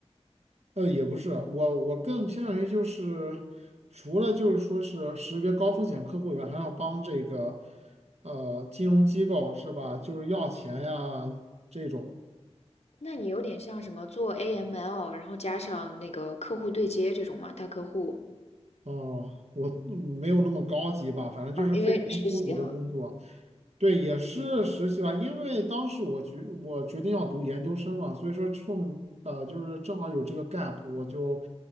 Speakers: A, on the right; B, on the left.
A: 呃，也不是，我我更偏向于就是，除了就是说是识别高风险客户以外，还要帮这个，呃，金融机构是吧？就是要钱呀这种。
B: 那你有点像什么做 AML，然后加上那个客户对接这种嘛，大客户
A: 哦，我嗯没有那么高级吧，反正就是非常初级的工作。
B: 啊，因为实习哈。
A: 对，也是实习吧，因为当时我决我决定要读研究生嘛，所以说冲呃就是正好有这个 gap，我就